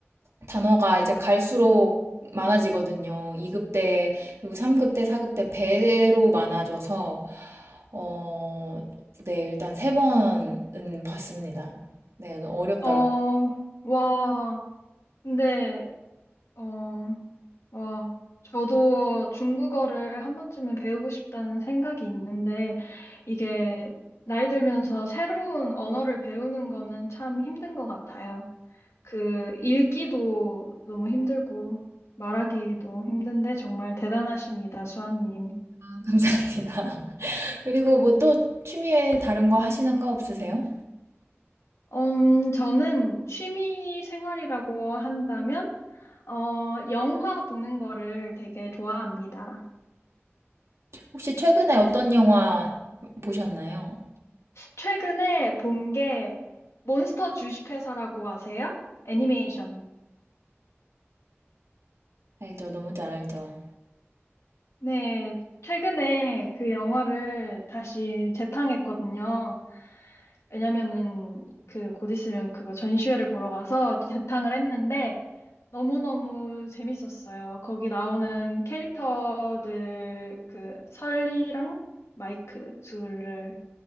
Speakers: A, on the right; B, on the left.
A: 단어가 이제 갈수록 많아지거든요. 2급 때 그리고 3급 때 4급 때 배로 많아져서 어, 네, 일단 3번은 봤습니다. 네, 너무 어렵더라고요.
B: 어, 와, 근데, 어, 와, 저도 중국어를 한 번쯤은 배우고 싶다는 생각이 있는데, 이게 나이 들면서 새로운 언어를 배우는 거는 참 힘든 것 같아요. 그, 읽기도 너무 힘들고, 말하기도 힘든데, 정말 대단하십니다, 수아님.
A: <laughs> 감사합니다. <laughs> 그리고 뭐 또 취미 외에 다른 거 하시는 거 없으세요?
B: 음, 저는 취미 생활이라고 한다면, 어, 영화 보는 거를 되게 좋아합니다.
A: 혹시 최근에 어떤 영화 보셨나요?
B: 최근에 본 게 몬스터 주식회사라고 아세요? 애니메이션.
A: 알죠. 너무 잘 알죠.
B: 네, 최근에 그 영화를 다시 재탕했거든요. 왜냐면은 그 곧 있으면 그거 전시회를 보러 가서 재탕을 했는데 너무너무 재밌었어요. 거기 나오는 캐릭터들 그 설리랑 마이크 둘을